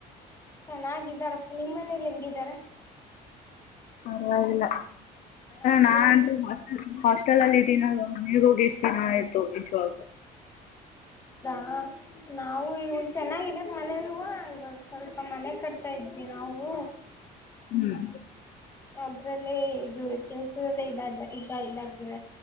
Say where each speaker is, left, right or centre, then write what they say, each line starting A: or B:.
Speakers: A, on the left; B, on the left.
A: ಚೆನ್ನಾಗಿದ್ದಾರಪ್ಪ ನಿಮ್ಮ ಮನೇಲಿ ಹೆಂಗಿದಾರ.
B: ಪರ್ವಾಗಿಲ್ಲ
A: ಅದೇ
B: ನಾಂತು. ಮತ್ತಲಲ್ಲಿ ದಿನ ಮನೆಗೋಗಿ ಎಷ್ಟು ದಿನ ಆಯ್ತು ನಿಜವಾಗ.
A: ಹ ನಾವು ಈಗ ಒಂದ ಚೆನ್ನಾಗಿದೇದ ಮನಲ್ ಇವಾಗ ಸ್ವಲ್ಪ ಮನೆ ಕಟ್. ತ ಇದ್ವಿ ನಾವು.
B: ಹ್ಮ್.
A: ಅದ್ರಲ್ಲೇ ಇದು ಕೆಲ್ಸದಲ್ಲ ಇದ ಈಗ ಇದಾಗರ.